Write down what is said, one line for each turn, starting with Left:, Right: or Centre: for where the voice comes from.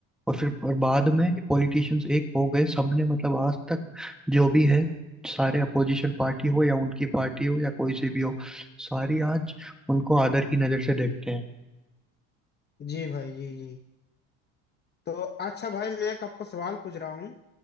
Centre: और फिर पर बाद में पॉलिटिशियंस एक हो गए सबने मतलब आज तक जो भी है सारे अपोजिशन पार्टी हो या उनकी पार्टी हो या कोई सी भी हो सारी आज उनको आदर की नजर से देखते हैं
Left: जी भाई जी जी तो अच्छा भाई मैं एक आपको सवाल पूछ रहा हूँ